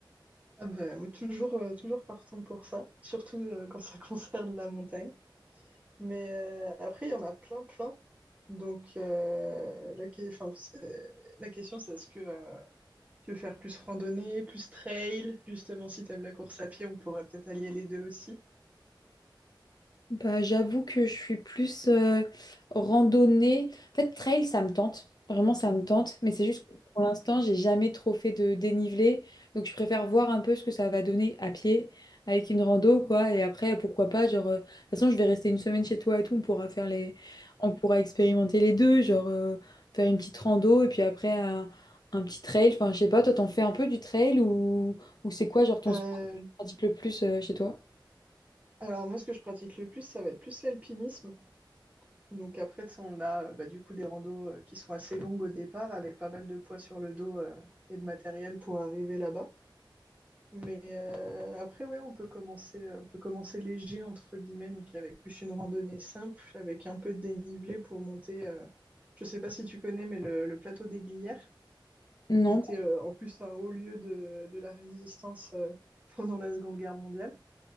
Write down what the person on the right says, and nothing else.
Ah ben, oui, toujours, euh, toujours partante pour ça, surtout euh, quand ça <laughs> concerne la montagne. Mais euh, après, il y en a plein, plein. Donc, euh, la, que- enfin, c'est- la question, c'est est-ce que euh, tu veux faire plus randonnée, plus trail? Justement, si tu aimes la course à pied, on pourrait peut-être allier les deux aussi.
Euh,
alors, moi, ce que je pratique le plus, ça va être plus l'alpinisme. Donc, après, tu sais, on a euh, bah, du coup des randos euh, qui sont assez longues au départ, avec pas mal de poids sur le dos euh, et de matériel pour arriver là-bas. Mais euh, après, ouais, on peut commencer, on peut commencer léger, entre guillemets, donc avec plus une randonnée simple, avec un peu de dénivelé pour monter. euh, je sais pas si tu connais, mais le, le plateau des Glières,
qui était euh, en plus un haut lieu de, de la résistance euh, pendant la Seconde Guerre mondiale.